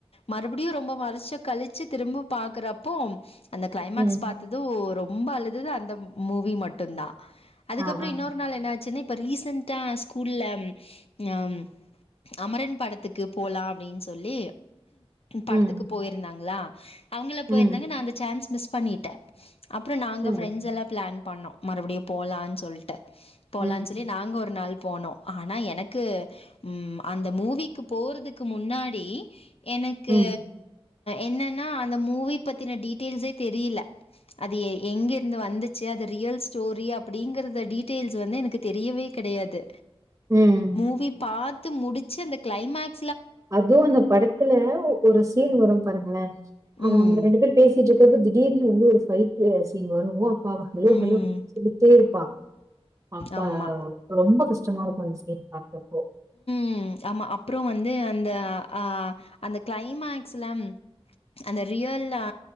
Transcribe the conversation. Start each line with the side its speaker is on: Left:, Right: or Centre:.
Left: மறுபடியோ ரொம்ப வருஷோ கலிச்சு திரும்ப பாக்குறப்போ அந்த க்ளைமக்ஸ்
Right: ம்
Left: பாத்துது ரொம்ப அழுதது அந்த மூவி மட்டுதா அதுக்கப்பறோ
Right: ஆ ஆ
Left: இன்னொரு நாள் என்னா ச்சினு இப்ப ரீசென்டா ஸ்கூல்ல ம் அமரன் படத்துக்கு போலா அப்டின் சொல்லி படத்துக்கு
Right: ம்
Left: போய்ருந்தாங்ளா அவங்களா போயிருந்தாங்க
Right: ம்
Left: நா அந்த சான்ஸ் மிஸ் பண்ணிட்ட அப்பற நாங்க
Right: ம்
Left: ஃப்ரெண்ட்ஸ் எல்லா ப்ளான் பண்ணோ மறுபடியு போலான் சொல்ட்டு போலானு
Right: ம்
Left: சொல்லி நாங்க ஒரு நாள் போனோ ஆனா எனக்கு ம் அந்த மூவிக்கு போறதுக் கு முன்னாடி எனக்கு
Right: ம்
Left: என்னன்னா அந்த மூவி பத்தின டீட்டெயில்ஸே தெரியில அது எ எங்கேருந்து வந்துச் ச்சு அது ரியல் ஸ்டோரி அப்டிங்கறத டீட்டெய்ல்ஸ் வந்து எனக்கு தெரியவே கெடயாது
Right: ம்
Left: மூவி பாத்து முடிச்சு அந்த க்ளைமாக்
Right: அதுவு அந்த படத்துல ஒ ஒரு சீன் வரு பாருங்ளே அவுங்க
Left: ம்
Right: ரெண்டு பேரு பேசிட்டு இருக்கப்ப திடீர்னு வந்து ஒரு பைட்டு சீன் வருவோ அப்ப <unintelligible> இரும்பிக்ட்டே
Left: ம்
Right: இருப்பா அப்ப
Left: ஆமா
Right: ரொம்ப கஷ்டமா இருக்கு அந்த சீன் பாக்றப்போ
Left: ம் ஆமா அப்பறொ வந்து அந்த அ அந்த க்ளைமேக்ஸ்ல அந்த ரியல் அ